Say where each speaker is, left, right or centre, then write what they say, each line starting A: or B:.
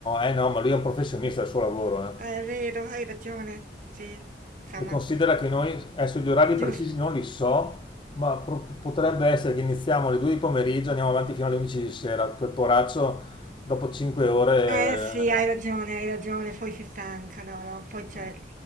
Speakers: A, on the left; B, on the right.
A: eh no, ma lui è un professionista del suo lavoro, eh.
B: Eh, È vero, hai ragione. Sì, insomma,
A: E considera che noi, adesso gli orari
B: giusto.
A: precisi non li so, ma pro- potrebbe essere che iniziamo alle 2 di pomeriggio, andiamo avanti fino alle 11 di sera, per poraccio dopo 5 ore
B: Eh sì, hai ragione, hai ragione. Poi si stanca, no, no. Poi cioè,
A: eh,